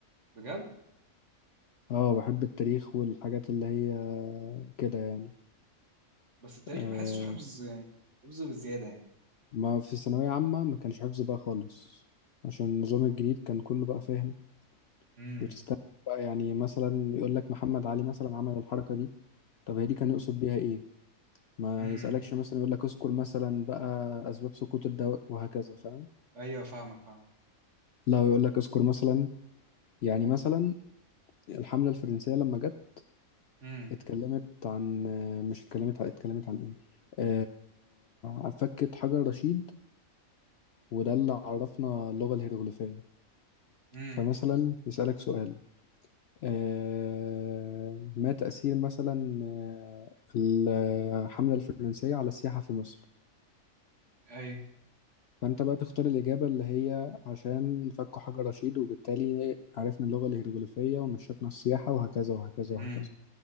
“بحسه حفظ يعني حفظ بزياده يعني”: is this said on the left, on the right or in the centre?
Right